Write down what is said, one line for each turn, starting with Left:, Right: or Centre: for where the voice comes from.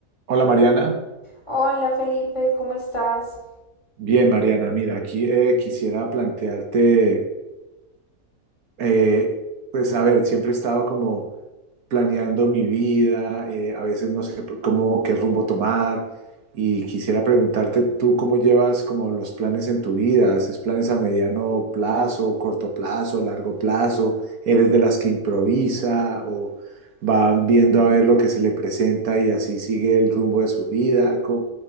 Right: Hola Mariana,
Left: Hola Felipe, ¿cómo estás?
Right: bien Mariana, mira, aquí eh, quisiera plantearte, eh, pues a ver, siempre he estado como planeando mi vida, eh, a veces no sé cómo, qué rumbo tomar y quisiera preguntarte tú cómo llevas como los planes en tu vida, ¿haces planes a mediano plazo, corto plazo, largo plazo? ¿Eres de las que improvisa o van viendo a ver lo que se le presenta y así sigue el rumbo de su vida? ¿Cómo,